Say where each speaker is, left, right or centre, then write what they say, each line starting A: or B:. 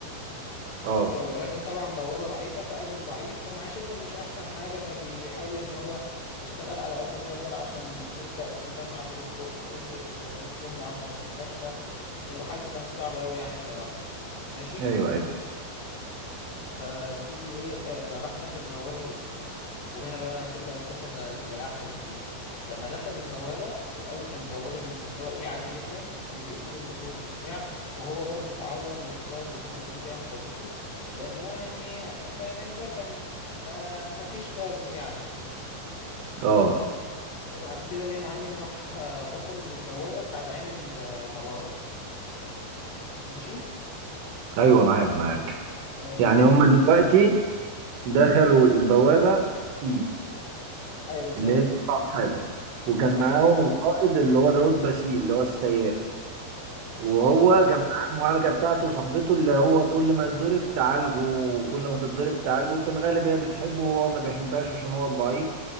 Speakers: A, on the right; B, on the left.
A: اه
B: آه، ولكن طبعا بوابة ضعيفة فأجره ضعيف فمعيشتهم مش أحسن حاجة فبيحاول إن هو يشتغل على قد ما يقدر عشان يبدأ يجمع فلوس لأخته تدرس وفلوس لأمه عشان المستشفى وحالته كانت صعبة أوي يعني بصراحة ماشي
A: ايوه ايوه
B: فتيجي إيه آه راح داخل البوابة دي وهنا بقى تبدأ القصة ت- تبقى أحلى بكتير لما دخلوا البوابة في الأول كانت بوابة من مستوى إيه عادي جدا وكانوا بيقتلوا الوحوش وبتاع وهو برضو اتعور واتصاب وصاحبته دي أنقذته لأن هو يعني فاهم أنت كان آه مفيش خالص يعني
A: اه
B: حلو مم. بعد كده إيه يا معلم راح آه وصلوا للبوابة بتاع زعيم المغارة ماشي
A: ايوه معاك معاك
B: آه
A: يعني
B: وصل
A: هما دلوقتي دخلوا البوابه اي
B: أيوه بالظبط
A: اللي هي أصعب حاجة وكان معاهم
B: أيوه
A: القائد اللي هو الرود باسيل اللي هو السياف وهو
B: أه بالظبط
A: كان
B: كده
A: معاه المعالجة بتاعته صاحبته اللي هو كل ما يتضرب تعالجه وكل ما تتضرب تعالجه في الغالب هي بتحبه وهو ما بيحبهاش عشان هو ضعيف